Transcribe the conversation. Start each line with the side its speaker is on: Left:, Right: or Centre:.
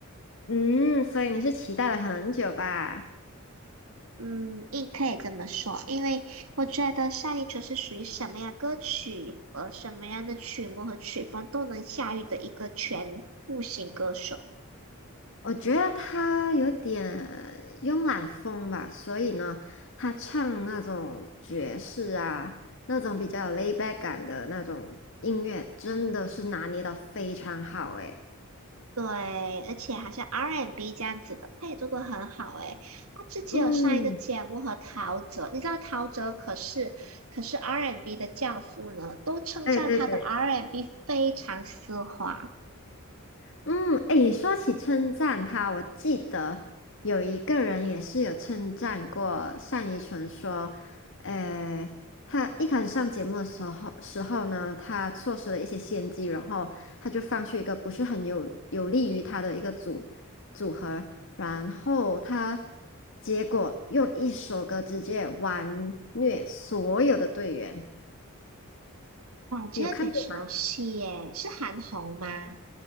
Left: 嗯，所以你是期待了很久吧？
Right: 嗯，亦可以这么说，因为我觉得上一纯是属于什么样歌曲和什么样的曲目和曲风都能驾驭的一个全复型歌手。
Left: 我觉得他有点慵懒风吧，所以呢，他唱那种爵士啊，那种比较有 l a i back 感的那种音乐，真的是拿捏的非常好诶。
Right: 对，而且好像 R&B N 这样子的，他也做得很好诶。他之前有上一个节目和陶喆，
Left: 嗯，
Right: 你知道陶喆可是可是 R&B N 的教父呢，都称赞他的
Left: 对对对。
Right: R&B N 非常丝滑，
Left: 嗯，哎，你说起称赞他，我记得有一个人也是有称赞过单依纯，说，呃，他一开始上节目的时候时候呢，他错失了一些先机，然后他就放弃一个不是很有有利于他的一个组组合，然后他结果用一首歌直接完虐所有的队员，
Right: 感觉有点熟悉耶，
Left: 你有看过吗？
Right: 是韩红吗？